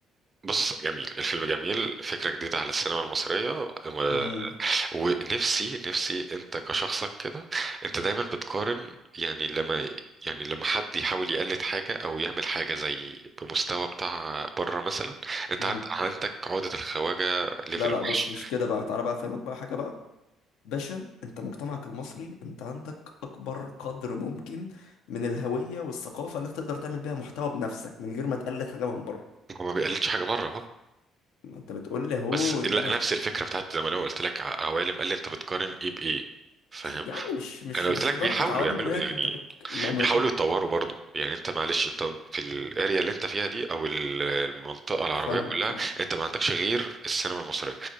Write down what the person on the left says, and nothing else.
امم
امم
لا لا
بص مش كده بقى تعالى بقى افهمك بقى حاجه بقى باشا انت مجتمعك المصري انت عندك اكبر قدر ممكن من الهويه والثقافه اللي انت تقدر تعمل بيها محتوى بنفسك من غير ما تقلد حاجه من بره
ما انت بتقول لي اهو
ان
انا
يا عم مش مش
مش
لدرجه
عوالم
يعني
انت بت... ما... ما...
فاهمك
فاهم